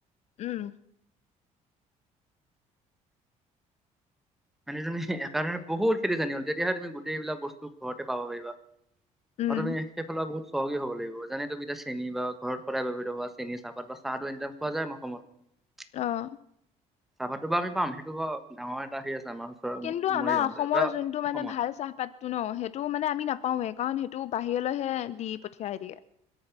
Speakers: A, on the left (about 55°); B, in the centre.
A: উম
B: মানে তুমি এে বহুত খেতি জানি হ'ল তেতিয়াহে তুমি গোটেইবিলাক বস্তু ঘৰতে পাব পাৰিবা
A: উম,
B: আৰু আমি সেইফালৰ বহুত চহকী হ'ব লাগিব যেনে তুমি এতিয়া চেনী বা ঘৰত সদায় ব্যৱহাৰ থোৱা চেনী চাহপাত বা চাহটো এনে খোৱা যায় অসমত
A: আহ
B: চাহপাতটো বা আমি পাম সেইটো বাৰ ডাঙৰ এটা হেৰি আছে আমাৰ ওচৰ
A: কিন্তু আমাৰ
B: মৰিগাঁওতে
A: অসমৰ
B: বা
A: যোনটো
B: অসমত
A: মানে ভাল চাহপাতটো ন সেইটো মানে আমি নাপাও এ কাৰণ সেইটো বাহিৰলৈহে দি পঠিয়াই দিয়ে